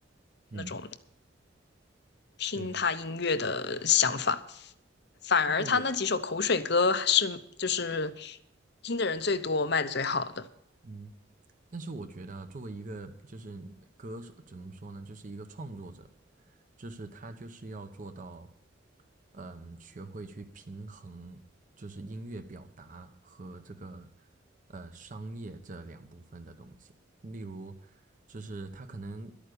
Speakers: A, on the right; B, on the left.
A: 嗯，
B: 那种听他音乐的想法。
A: 对的。
B: 反而他那几首口水歌还是就是
A: 但是我
B: 听的人最多，卖的最好的。
A: 嗯。但是我觉得啊作为一个就是歌手，怎么说呢，就是一个创作者，就是他就是要做到，嗯，学会去平衡，就是音乐表达和这个呃商业这两部分的东西。例如，就是他可能，